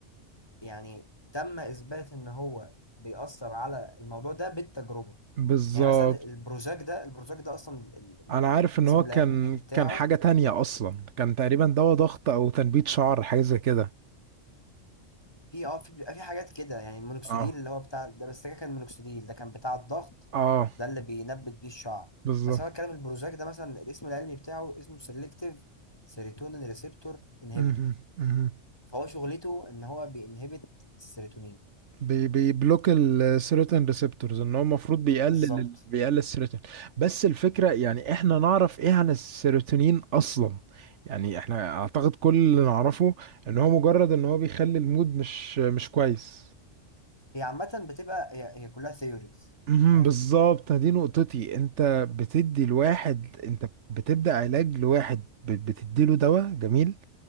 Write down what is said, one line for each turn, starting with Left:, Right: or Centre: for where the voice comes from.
Left: يعني تم إثبات إن هو بيأثر على الموضوع ده بالتجربة
Right: بالظبط
Left: يعني مثلا البروجاك ده البروجاك ده أصلا ال- ال-
Right: انا عارف ان
Left: الاسم
Right: هو
Left: العلمي
Right: كان
Left: بتاعه
Right: كان حاجة تانية اصلا كان تقريبا دواء ضغط او تنبيت شعر حاجة زي كده
Left: في اه في بيبقى في حاجات كده يعني المونوكسيديل
Right: اه
Left: اللي هو بتاع ده بس ده كان مونوكسيديل ده كان بتاع الضغط
Right: اه
Left: ده اللي بينبت بيه الشعر
Right: بالظبط
Left: بس انا بتكلم البروجاك ده مثلا الاسم العلمي بتاعه اسمه سيلكتيف سيروتونين ريسبتور انهبيتور
Right: مهم. مهم.
Left: فهو شغلته ان هو بينهبت السيروتونين
Right: بي بيبلوك السيروتين ريسبتورز ان هو المفروض بيقلل
Left: بالظبط
Right: ال- بيقلل السيروتين بس الفكره يعني احنا نعرف ايه عن السيروتونين اصلا يعني احنا اعتقد كل اللي نعرفه ان هو مجرد ان هو بيخلي المود مش مش كويس
Left: هي عامة بتبقى هي, هي كلها ثيوريز
Right: مهم.
Left: فاهم
Right: بالظبط دي نقطتي انت بتدي الواحد انت بتبدا علاج لواحد بتدي له دواء جميل